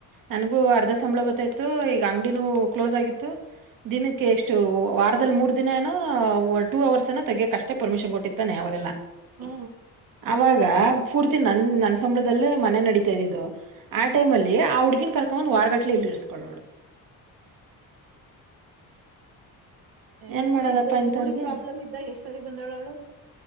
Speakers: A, on the right (about 60°); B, on the right (about 80°).
A: ನನಗು ಅರ್ಧ ಸಂಬಳ ಬತ್ತ ಇತ್ತು ಈ ಅಂಗಡಿನ ಕ್ಲೋಸ್ ಆಗಿತ್ತು ದಿನಕ್ಕೆ ಎಷ್ಟು ವಾರದಲ್ಲಿ ಮೂರ್ ದಿನ ಟೂ ಅವರ್ಸ್ನ ತೆಗೋಕ್ ಅಷ್ಟೇ ಪರ್ಮಿಷನ್ ಕೊಟ್ಟಿತ್ತಾನೆ ಅವಾಗಲ್ಲಾ
B: ಹ್ಮ
A: ಅವಾಗ ಪೂರ್ತಿ ನನ್ ನನ್ ಸಂಬಳದಲ್ಲಿ ಮನೆ ನಡೀತಾ ಇದಿದ್ದು ಆ ಟೈಮ್ ಅಲ್ಲಿ ಆ ಹುಡ್ಗಿನ್ ಕರ್ಕೊಂಡಂದ್ ವಾರಗಟ್ಲೆ ಇಲ್ಲಿ ಇರ್ಸ್ಕೊಳ್ಳೋಳು ಏನ್
B: ಇವಳ
A: ಮಾಡದಪ್ಪಾ
B: ಇದ್ದ
A: ಇಂಥವ್ರಿಗೆ
B: ಇವಳು ಪ್ರಾಬ್ಲಮ್ ಇದ್ದ ಎಷ್ಟ್ ಸರಿ ಬಂದಾಳ ಅವಳು